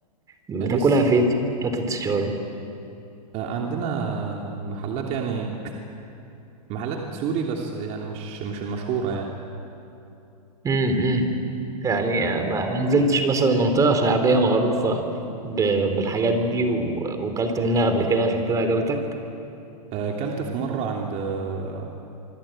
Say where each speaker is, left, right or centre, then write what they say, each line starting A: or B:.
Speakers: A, on the right; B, on the right.
A: بتاكلها
B: لسه
A: فين فتت الشاورما
B: آه، عندنا محلات يعني محلات سوري بس يعني مش مش المشهورة
A: امم يعني
B: يعني
A: ما ما نزلتش مثلا منطقة شعبية معروفة ب- بالحاجات دي و- وكلت منها قبل كده عشان كده عجبتك
B: آه، اكلت في مره عند آه،